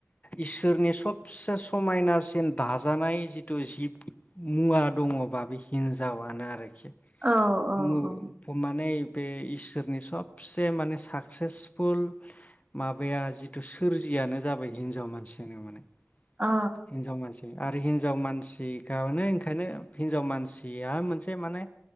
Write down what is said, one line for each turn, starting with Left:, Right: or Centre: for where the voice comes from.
Left: इसोरनि सबसे समायनासिन दाजानाय जिथु जिब मुवा दङ। बे हिनजावनो आरो
Right: औ औ
Left: <unintelligible>
Right: औ
Left: बे इसोरनि सबसे माने साकसेसफुल माबाया जिथु सोरजियानो जाबाय हिनजाव मानसियानो माने
Right: औ
Left: हिनजाव मानसि आरो हिनजाव मानसिखौनो ओंखायनो हिनजाव मानसिया मोनसे माने